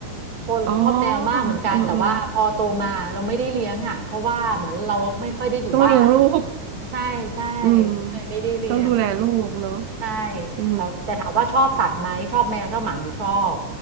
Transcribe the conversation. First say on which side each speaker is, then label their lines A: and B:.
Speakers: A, on the right; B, on the right.
A: เพราะชอบแมวมากเหมือนกันแต่ว่าพอโตมาเราไม่ได้เลี้ยงอ่ะเพราะว่าเหมือนเราไม่ค่อยได้อยู่บ้าน
B: อ๋อเออเออต้องเลี้ยงลูก
A: ใช่ใช่
B: อืม
A: เลยไม่ได้เลี้ยง
B: ต้องดูแลลูกเนาะ
A: ใช่
B: เออ
A: แต่แต่ถามว่าชอบสัตว์ไหมชอบแมวชอบหมาไหมชอบ